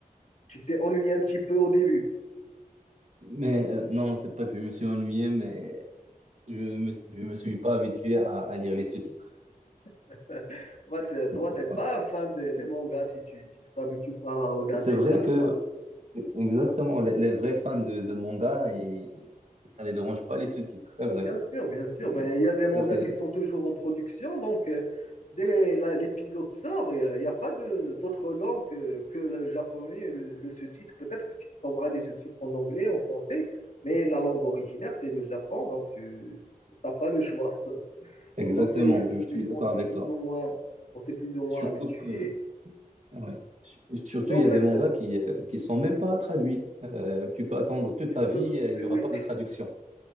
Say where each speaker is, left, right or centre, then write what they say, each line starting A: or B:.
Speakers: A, on the left; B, on the right.
A: tu t'es ennuyé un petit peu au début.
B: Mais euh, non, c'est pas que je me suis ennuyé, mais je me, je me suis pas habitué à, à lire les sous-titres.
A: <laughs> Toi, t'es toi,
B: C'est ça, ouais.
A: pas un fan des, des mangas si tu si tu t'habitues pas à regarder
B: C'est vrai
A: les à
B: que,
A: voir
B: exactement, les, les vrais fans de, de manga, ils- ça les dérange pas les sous-titres, c'est vrai.
A: Bien sûr, bien sûr.
B: Euh,
A: Ben, il y a des mangas
B: Ça, c'est
A: qui sont toujours en production, donc euh, dès la- l'épisode sort, il n'y a, il y a pas de d'autre langue que, que le japonais, et le, le sous-titre. Peut-être que tu trouveras des sous-titres en anglais, en français, mais la langue originaire, c'est le Japon, donc tu n'as pas le choix.
B: Exactement,
A: Donc on s'est on
B: je
A: s'est-
B: suis d'accord
A: on s'est
B: avec
A: plus
B: toi.
A: ou moins on s'est plus ou moins
B: Surtout
A: habitué.
B: que, ouais. Su- Surtout,
A: Mais en
B: il y
A: fait,
B: a des mangas
A: là,
B: qui euh, qui sont même pas traduits. Euh, tu peux attendre toute
A: tu
B: ta vie,
A: peux,
B: euh, il y
A: eh oui,
B: aura pas de traduction.